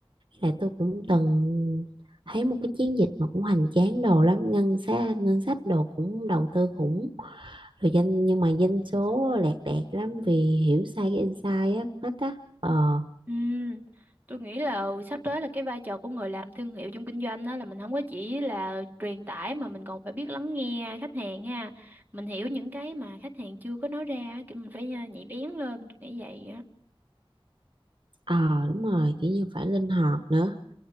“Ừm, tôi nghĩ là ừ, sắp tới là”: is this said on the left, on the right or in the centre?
Right